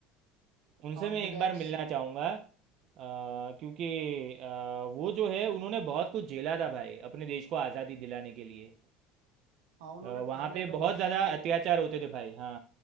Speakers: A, on the right; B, on the right.
A: उनसे
B: हाँ
A: मैं
B: ब्लैक्स
A: एक बार मिलना चाहूँगा अ, क्योंकि अ, वो जो है उन्होंने बहुत कुछ झेला था भाई अपने देश को आज़ादी दिलाने के लिए
B: हाँ उन्होंने
A: अ, वहाँ
B: काले
A: पे
B: लोगों
A: बहुत ज़्यादा
B: के लिए
A: अत्याचार होते थे भाई हाँ